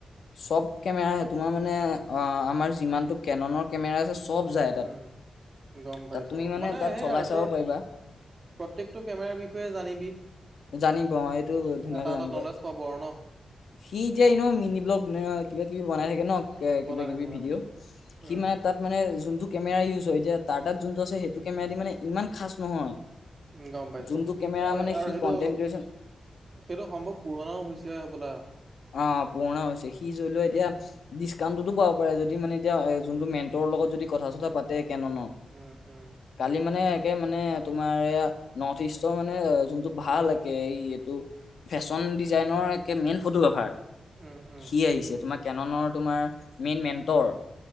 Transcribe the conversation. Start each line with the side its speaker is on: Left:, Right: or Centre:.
Left: চব কেমেৰা সে তোমাৰ মানে অ আমাৰ যিমানতটো কেননৰ কেমেৰা আছে চব যায় তাত
Right: উম গম পাইছো
Left: তাত তুমি
Right: মানে
Left: তাত
Right: সেই
Left: চলাই
Right: আৰু
Left: চাব
Right: তোৰ
Left: পাৰিবা
Right: প্ৰত্যেকটো কেমেৰাৰ বিষয়ে জানিবি
Left: জানিব এইটো ধুনীয়াকে
Right: এটা এটা
Left: জানিব
Right: নলেজ পাব <inaudible>
Left: সি এতিয়া এনে মিনি ব্লগ কিবা কিবি বনাই থাকে ন
Right: বনাই
Left: কিবা কিবি
Right: থাকে বনাই
Left: ভিডিঅ'
Right: থাকে
Left: সি
Right: উম
Left: মানে তাত মানে যোনটো কেমেৰা ইউজ হয় এতিয়া টাটাত যোনটো আছে সেইটো কেমেৰা দি মানে ইমান খাচ নহয়
Right: উ গম পাইছো
Left: যোনটো
Right: এ
Left: কেমেৰা মানে
Right: আৰু
Left: সি
Right: সেইটো
Left: কন্টেন্ট ক্ৰিয়েচন
Right: সেইটো সম্ভৱ পুৰণাও হৈছে হ'বলা
Left: অ পুৰণা হৈছে সি ধৰিলও
Right: উম
Left: এতিয়া ডিচকাউন্টতো পাব পাৰে যদি মানে এতিয়া
Right: উম
Left: যোনটো মেন্টৰ লগত যদি কথা চথা পাতে কেনন
Right: উম উম
Left: কালি মানে একে মানে তোমাৰ নৰ্থ ৰ্ইষ্টৰ মানে এইটো ভাল একে এই এইটো ফেশ্বন ডিজাইনৰ একে মেইন ফটোগ্ৰাফাৰ
Right: উম, উম,
Left: সি আহিছে তোমাৰ কেননৰ তোমাৰ মেইন মেন্টৰ